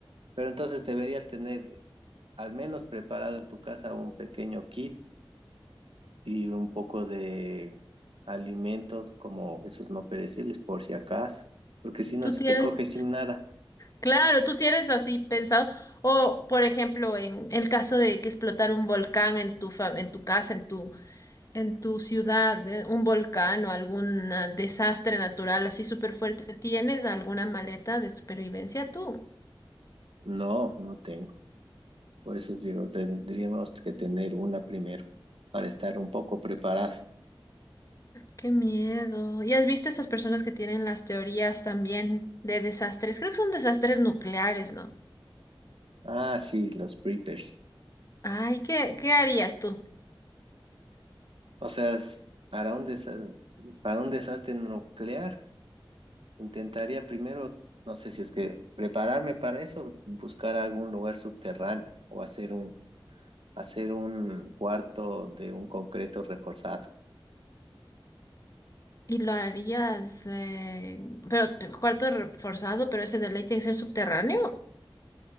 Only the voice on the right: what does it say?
pero entonces deberías tener al menos preparado en tu casa un pequeño kit y un poco de alimentos como esos no perecibles por si acaso, porque si no,
si
te coges sin nada,
no, no tengo. Por eso os digo, tendríamos que tener una primero para estar un poco preparados.
Ah, sí, los preppers.
O sea, es- para un desa- para un desastre nuclear, intentaría primero, no sé si es que prepararme para eso, buscar algún lugar subterráneo o hacer un, hacer un cuarto de un concreto reforzado.